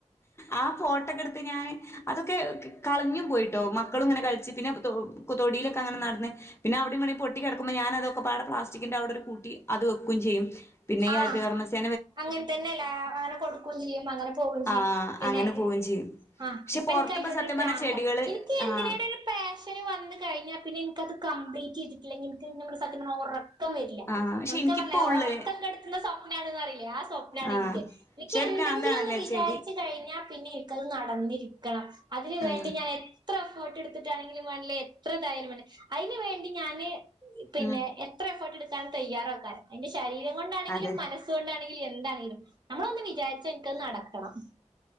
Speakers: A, on the left; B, on the right.
A: ആ ഫോട്ടൊക്കെ എടുത്ത് ഞാന് അതൊക്കെ കളഞ്ഞും പോയിട്ടോ മക്കളും ഇങ്ങനെ കളിച്ച് പിന്നെ കൊ തൊടിയിലൊക്കെങ്ങനെ നടന്ന് പിന്നെ അവിടെ ഇവിടെയും പൊട്ടിക്കിടക്കുമ്പോ ഞാനതൊക്കപാടെ പ്ലാസ്റ്റിക്കിന്റെ അവിടെ കൂട്ടി അത് വെക്കും ചെയ്യും പിന്നെ ഈ
B: ആഹ്
A: ഹരിദകർമ സെ
B: അങ്ങനെ തന്നെല്ല അങ്ങനെ കൊടുക്കും ചെയ്യും അങ്ങനെ പോവെയും ചെയ്യും
A: ആഹ്
B: പിന്നെ
A: അങ്ങനെ പോവും ചെയ്യും.
B: ആ
A: പക്ഷെ
B: ഇപ്പ
A: പൊറത്ത്പ്പ
B: എനിക്ക് അയ്നോടൊരു
A: സത്യം
B: പ്രാന്താ
A: പറഞ്ഞ ചെടികള്
B: എനിക്ക് എന്തിനയ്ടൊരു
A: ആഹ്
B: പാഷന് വന്ന് കഴിഞ്ഞാ പിന്നെ എനിക്കത് ക വെയ്റ്റെയ്തിട്ടില്ലെങ്കില് എനിക്ക് ഇങ്ങനെ സത്യം പറഞ്ഞാ ഒറ ക്കം വരില്ല
A: ആഹ് പക്ഷെ
B: നമുക്ക്
A: എനിക്കിപ്പോ
B: പറഞ്ഞില്ലേ ഒ
A: ഉള്ള്
B: <unintelligible> <unintelligible> അറിയില്ലേ ആ സ്വപ്നാണ്
A: ആഹ്
B: ഇൻക്ക് ഇൻക്ക്
A: പക്ഷെ ഒരു
B: എന്തെങ്കിലും
A: ഭ്രാന്താണല്ലേ
B: ഒന്ന് വിചാരിച്ച്
A: ചെടി
B: കഴിഞ്ഞാൽ പിന്നെ ക്കത് നടന്നിരിക്കണം അതിന് വേണ്ടി
A: ആഹ്
B: ഞാൻ എ എത്ര എഫേട്ട് എടുത്തിട്ടാണെങ്കിലും വേണ്ടില്ല എത്ര തായാലും വേണ്ടില്ല അതിന് വേണ്ടി ഞാന് പിന്നെ
A: ഉം
B: എത്ര എഫേർട്ട് എടു താൻ തയ്യാറാക്കാരം അയ്ന്റെ ശരീരം കൊണ്ടാണെങ്കിലും
A: അതെ
B: മനസ് കൊണ്ടാണെ <unintelligible> എന്താണങ്കിലും നമ്മള് ഒന്ന് വിചാരിചാ എനിക്കത് നടക്കണം